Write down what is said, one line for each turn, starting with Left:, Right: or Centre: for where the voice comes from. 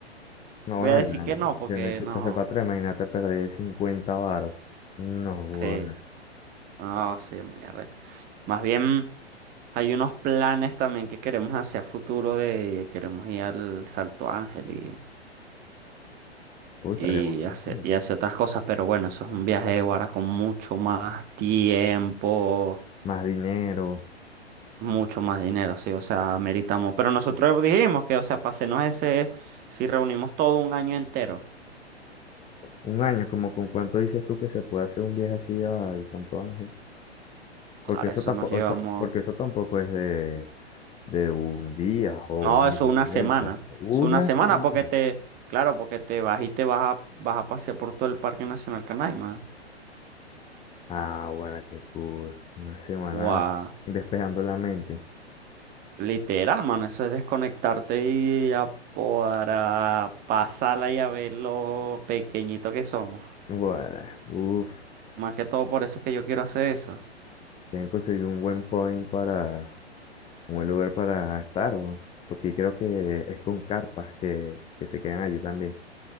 Left: No,
Right: voy
Left: bueno,
Right: a decir
Left: ya,
Right: que no, porque
Left: ya no hay que
Right: no.
Left: echarse para atrás, imagínate perder 50 varos. No, bueno.
Right: Sí, no, sí, muy arrecho. Más bien hay unos planes también que queremos hacer a futuro de queremos ir al Salto Ángel
Left: Uy, estaría
Right: y
Left: buenísimo.
Right: hace, y hace otras cosas, pero bueno, eso es un viaje ahora con mucho más tiempo,
Left: Más dinero.
Right: mucho más dinero, sí, o sea, meritamos. Pero nosotros dijimos que, o sea, pasenos ese, si reunimos todo un año entero,
Left: Un año, como con cuánto dices tú que se puede hacer un viaje así al Santo Ángel.
Right: para
Left: Porque eso
Right: eso
Left: tampoco,
Right: nos llevamos,
Left: eso, porque eso tampoco es de, De un día o
Right: no,
Left: un ida
Right: eso una
Left: y vuelta.
Right: semana,
Left: Una
Right: es una semana
Left: semana.
Right: porque te, claro, porque te vas y te vas a, vas a pasear por todo el Parque Nacional Canaima.
Left: Ah, bueno, qué cool. Una semana
Right: Guau.
Left: despejando la mente.
Right: Literal, mano, eso es desconectarte y a- para pasarla y a ver lo pequeñito que somos.
Left: Bueno, uff.
Right: Más que todo por eso es que yo quiero hacer eso.
Left: Tienen que conseguir un buen point para, un buen lugar para estar, bo, Porque creo que es con carpas que, que se quedan allí también.